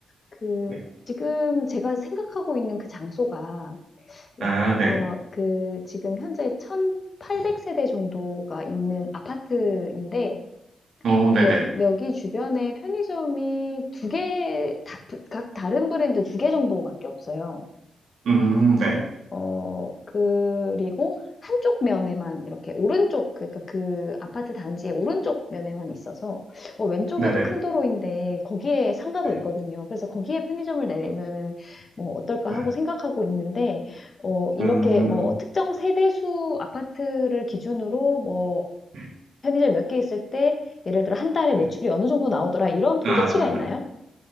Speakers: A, on the left (about 30°); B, on the right (about 65°).
A: 그
B: 네.
A: 지금 제가 생각하고 있는 그 장소가
B: 아,
A: 약,
B: 네.
A: 어, 그 지금 현재 1,800세대 정도가 있는 아파트인데
B: 어, 네네.
A: 여, 여기 주변에 편의점이 두 개, 다, 각 다른 브랜드 두 개 정도밖에 없어요.
B: 음, 네.
A: 어, 그리고 한쪽 면에만 이렇게 오른쪽, 그러니까 그 아파트 단지의 오른쪽 면에만 있어서 어, 왼쪽에도
B: 네네.
A: 큰 도로인데 거기에 상가도
B: 네.
A: 있거든요. 그래서 거기에 편의점을 내면은 뭐 어떨까
B: 네.
A: 하고 생각하고 있는데 어, 이렇게
B: 음,
A: 뭐 특정 세대수 아파트를 기준으로 뭐
B: 네.
A: 편의점 몇 개 있을 때 예를 들어 한 달에
B: 네.
A: 매출이 어느 정도 나오더라 이런 통계치가
B: 아,
A: 있나요?